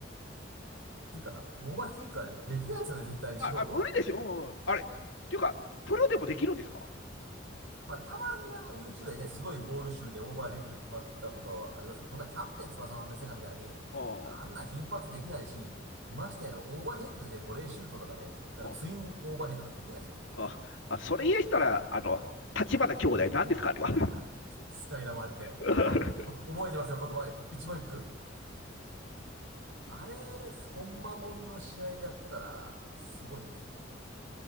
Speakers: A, on the right (about 80°); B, on the left (about 75°).
A: ていうか、オーバーヘッドキックはね、できないですよね、絶対に素人は。
B: あ、無理でしょ。うんあれ、っていうか、プロでもできるんですか
A: まあ、たまにあの、YouTube でね、すごいゴール集でオーバーヘッドで決まったことはありますけど、そんなキャプテン翼のね、セガみたいに、
B: あ
A: あんな頻発できないし、ましてや、オーバーヘッドでね、ボレーシュートとかね、だからツインオーバーヘッドとかできないですよ、
B: あ、
A: きっと。
B: あ、あ、それ言えしたら、あの、立花兄弟なんですか、あれは。
A: ああ、スカイラブハリケーン。
B: <laughs>
A: もうわ、<laughs> 覚えてますよ、言葉。一言一句。あれ、本間まもんの試合でやったら、すごいですね。